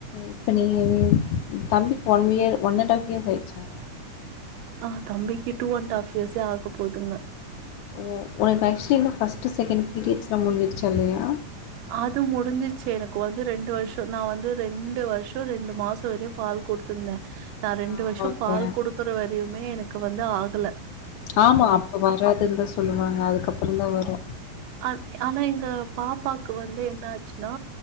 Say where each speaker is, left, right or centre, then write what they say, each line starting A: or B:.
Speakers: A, on the left; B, on the right.
A: இப்ப நீ தம்பிக்கு one year one and half year ஆச்சா
B: அ தம்பிக்கு டூ அண்ட் ஹால்ஃப் இயர்ஸே ஆக போகுதுங்க
A: ஓ உனக்கு <unintelligible> ஆக்சுவலா ஃபர்ஸ்ட்டு செகண்ட் பீரியட்ஸெலா முடிஞ்சிருச்சா இல்லையா
B: அது முடிஞ்சிருச்சு எனக்கு வந்து ரெண்டு வருஷோ நா வந்து ரெண்டு வருஷோ ரெண்டு மாசோ வரையு பால் குடுத் துந்த நா ரெண்டு
A: ஆ
B: வருஷோ
A: ஓகே
B: பால் குடுக்குற வரையுமே எனக்கு வந்து ஆகுல
A: ஆமா அப்ப வராதுன்னு தா சொல்லுவாங்க அதுக்கப்புறந்தா வர
B: ஆ ஆனா எங்க பாப்பாக்கு வந்து என்ன ஆச்சுன்னா